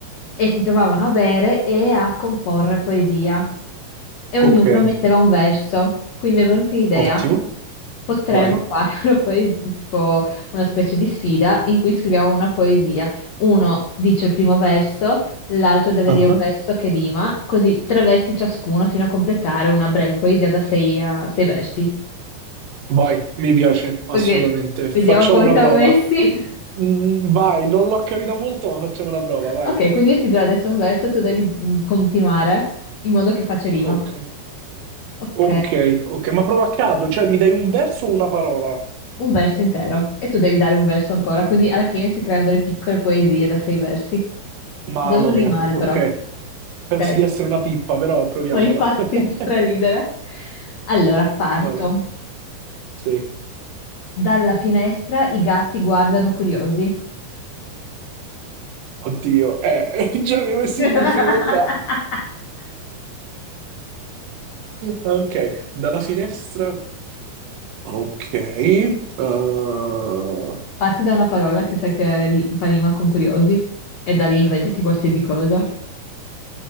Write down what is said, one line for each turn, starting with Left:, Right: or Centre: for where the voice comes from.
Left: e si trovavano a bere e a comporre poesia. E ognuno
Right: ok,
Left: metteva un verso. Quindi mi è venuta un'idea.
Right: ottimo,
Left: Potremmo
Right: vai,
Left: fare <laughs> una poes- tipo una specie di sfida in cui scriviamo una poesia. Uno dice il primo verso, l'altro deve
Right: ah,
Left: dire un verso che rima, così tre versi ciascuno fino a completare una breve poesia da sei, a sei versi.
Right: vai, mi piace, assolutamente.
Left: Ok,
Right: Facciamo
Left: vediamo come
Right: una
Left: siamo
Right: prova.
Left: messi.
Right: Mm, vai, non l'ho capita molto, ma facciamo una prova, vai.
Left: Ok, quindi io ti do adesso un verso, tu devi mm, continuare in modo che faccia rima.
Right: Ok,
Left: Ok,
Right: ok, ok, ma prova a caso, cioè mi dai un verso o una parola?
Left: un verso intero e tu devi dare un verso
Right: Ok,
Left: ancora, quindi alla fine si creano delle piccole poesie da sei versi.
Right: mamma
Left: Devono
Right: mia,
Left: rimare
Right: ok.
Left: però, ok?
Right: Penso di essere una pippa, però proviamola.
Left: Ma infatti fa straridere.
Right: <laughs>
Left: Allora, parto.
Right: Vai, sì,
Left: Dalla finestra i gatti guardano curiosi.
Right: oddio, eh, <laughs> già mi hai messo
Left: <laughs>
Right: in difficoltà. Ok, dalla finestra Ok, eh, ok.
Left: Parti da una parola che sai che ri- fa rima con curiosi e da lì inventati qualsiasi cosa.